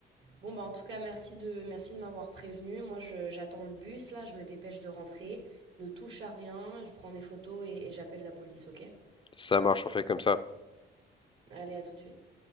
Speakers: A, on the right; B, on the left.
A: Bon, bah, en tout cas, merci de, merci de m'avoir prévenu. Moi, je- j'attends le bus, là, je me dépêche de rentrer. Ne touche à rien, je prends des photos et et j'appelle la police, ok?
B: Ça marche, on fait comme ça.
A: Allez, à tout de suite.